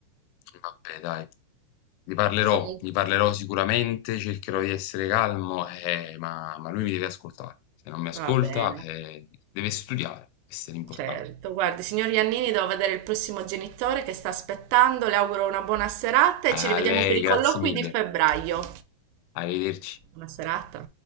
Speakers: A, on the left; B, on the right.
A: Vabbè, dai, gli parlerò,
B: Comunque,
A: gli parlerò sicuramente, cercherò di essere calmo, eh, ma, ma lui mi deve ascoltare. Se non mi ascolta,
B: va bene.
A: eh, deve studiare, questo è l'importante.
B: Certo, guardi, signor Iannini, devo vedere il prossimo genitore che sta aspettando. Le auguro una buona serata
A: A
B: e ci rivediamo
A: lei,
B: per i
A: grazie
B: colloqui
A: mille,
B: di febbraio.
A: arrivederci.
B: Buona serata.